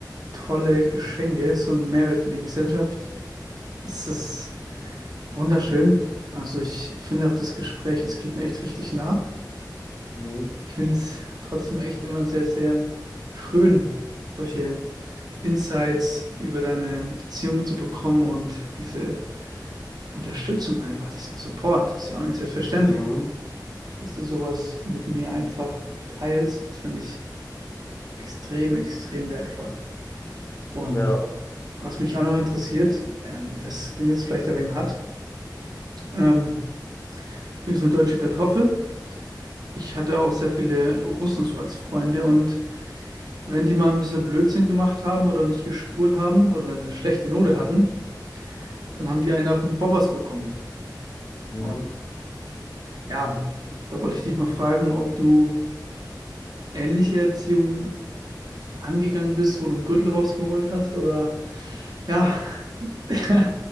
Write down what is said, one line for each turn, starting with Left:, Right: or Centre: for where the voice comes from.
Right: tolle Geschenke, so ein Mehrwert für die Gesellschaft. Es ist wunderschön. Also ich finde auch das Gespräch, das geht mir echt richtig nah.
Left: Mhm.
Right: Ich finde es trotzdem echt immer sehr, sehr schön, solche Insights über deine Erziehung zu bekommen und diese Unterstützung einfach, diesen Support. Ist ja auch nicht selbstverständlich,
Left: Mhm.
Right: dass du sowas mit mir einfach teilst. Das finde ich extrem, extrem wertvoll. Und
Left: Ja.
Right: was mich auch noch interessiert, ähm, das klingt jetzt vielleicht ein wenig hart, ähm, ich bin so eine deutsche Kartoffel. Ich hatte auch sehr viele Russen so als Freunde und wenn die mal ein bisschen Blödsinn gemacht haben oder nicht gespurt haben oder eine schlechte Note hatten, dann haben die einen auf den Bobbers bekommen.
Left: Mhm.
Right: Und Ja, da wollte ich dich mal fragen, ob du ähnliche Erziehung angegangen bist, wo du einen Gürtel rausgeholt hast oder ja, <laughs>